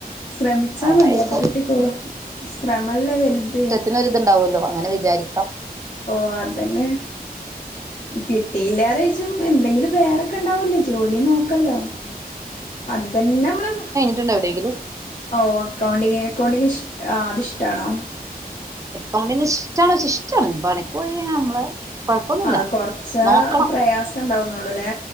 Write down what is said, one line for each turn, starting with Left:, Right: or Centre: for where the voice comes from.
Left: ശ്രമിച്ചാ
Right: അതായിരിക്കും
Left: മതി അപ്പൊ കിട്ടിക്കോളൂ ശ്രമല്ലേ വലുത്
Right: തുണ്ടാവല്ലോ അങ്ങനെ വിചാരിക്കും ക്ക
Left: ഓ അതന്നെ കിട്ടിയില്ലാരച്ചും എന്തെങ്കിലും വേറെക്കെ ഉണ്ടാവല്ലേ ജോലി നോക്കല്ലോ അത് തന്നെ നമ്മള്
Right: എവിടെങ്കിലും
Left: ഓ അക്കൗണ്ടിങ്ങ് അക്കൗണ്ടിങ്ങ് ഇഷ അത്ഷ്ടാണോ?
Right: അക്കൗണ്ടി ഇഷ്ടണച്ച ഇഷ്ടാണ് പണിക്ക്‌ പോയി കഴിഞ്ഞാൽ നമ്മള് കൊഴപ്പൊന്നുമില്ല
Left: ആ കൊറച്ച
Right: നോക്കണം
Left: പ്രയാസം ഉണ്ടാവുന്നുള്ളൂ ല്ലെ